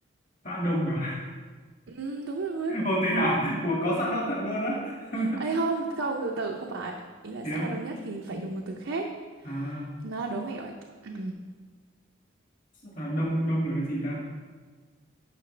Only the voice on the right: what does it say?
Ừ, đúng rồi.
Ê không, không, từ từ, không phải. Ý là
xã
nào đông nhất thì phải dùng một từ khác.
Nó là đố mẹo ấy. Ừ.